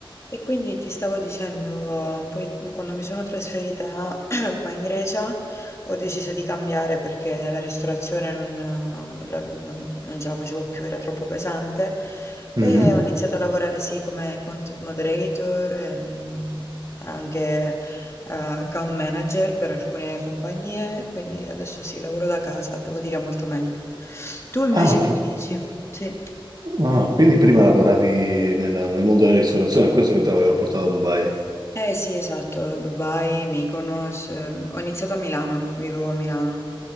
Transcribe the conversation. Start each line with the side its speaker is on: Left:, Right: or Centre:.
Left: E quindi ti stavo dicendo, poi quando mi sono trasferita <clears throat> qua in Grecia ho deciso di cambiare perché la ristorazione non, la- non- non ce la facevo più, era troppo pesante e
Right: Mhm.
Left: ho iniziato a lavorare sì come content moderator e anche eh, account manager per alcune compagnie, quindi adesso sì, lavoro da casa, devo dire molto meglio. Tu invece
Right: Ah,
Left: che
Right: qu-
Left: mi dici? Sì.
Right: ah, quindi prima lavoravi nella- nel mondo della ristorazione, questo che ti aveva portato a Dubai.
Left: Eh sì, esatto, Dubai, Mykonos, eh, ho iniziato a Milano, vivevo a Milano